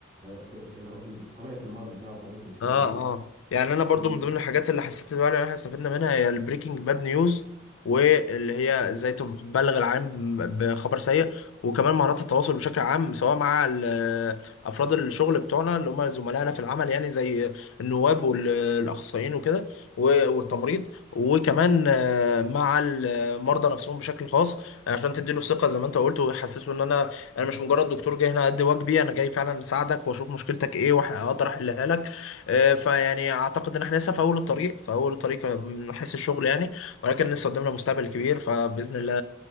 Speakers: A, on the right (about 35°); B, on the left (about 80°).
A: في في- طبيعه المرض بتاعه وطبيعه المشكله
B: اه
A: اللي
B: اه يعني انا برضو
A: عنده
B: من ضمن الحاجات اللي حسيت فعلا ان احنا استفدنا منها هي البريكنج باد نيوز واللي هي ازاي تبلغ العالم بخبر سيء وكمان مهارات التواصل بشكل عام سواء مع ال- افراد الشغل بتوعنا اللي هم زملائنا في العمل يعني زي النواب والاخصائيين وكده و- والتمريض وكمان آه، مع المرضى نفسهم بشكل خاص عشان تديله الثقه زي ما انت قلت ويحسسه ان انا انا مش مجرد دكتور جاي هنا ادي واجبي انا جاي فعلا اساعدك واشوف مشكلتك ايه واقدر احلها لك آه، فيعني اعتقد ان احنا لسه في اول الطريق في اول الطريق من حيث الشغل يعني ولكن لسه قدامنا مستقبل كبير فباذن الله